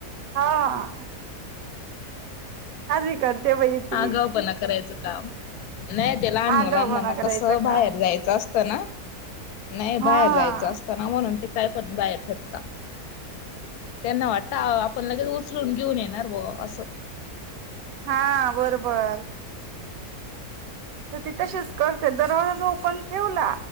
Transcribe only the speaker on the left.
आगाऊपणा करायचं काम. नाही ते लहान
मुलांना ना
कसं
बाहेर जायचं असतं ना नाही
बाहेर जायचं असतं ना म्हणून ते काय पण बाहेर फेकता त्यांना वाटत आपण लगेच उ उचलून घेऊन येणार ब असं